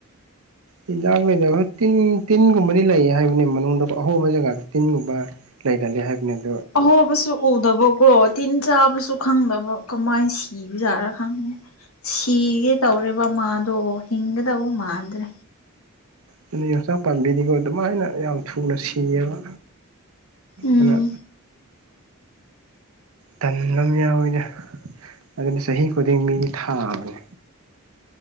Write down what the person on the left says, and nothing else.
ꯑꯍꯣꯕꯁꯨ ꯎꯗꯕꯀꯣ ꯇꯤꯟ ꯆꯥꯕꯁꯨ ꯈꯪꯗꯕ ꯀꯃꯥꯏꯅ ꯁꯤꯕꯖꯥꯠꯔ ꯈꯪꯉꯦ ꯁꯤꯒꯦ ꯇꯧꯔꯦꯕ ꯃꯥꯗꯣ ꯍꯤꯡꯒꯗꯕ ꯃꯥꯟꯗ꯭ꯔꯦ
ꯎꯝ